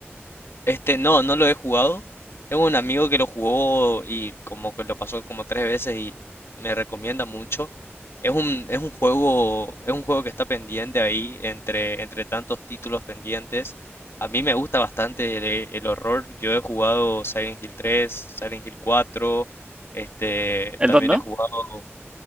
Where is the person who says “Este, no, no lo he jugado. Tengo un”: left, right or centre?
Left